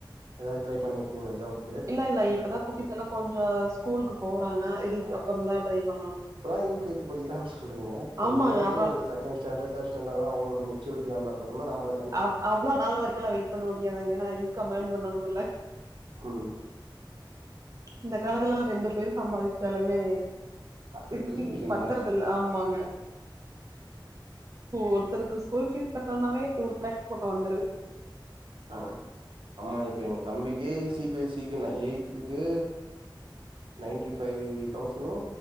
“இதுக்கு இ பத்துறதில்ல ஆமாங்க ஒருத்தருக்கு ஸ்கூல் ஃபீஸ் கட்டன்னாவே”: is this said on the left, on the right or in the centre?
Right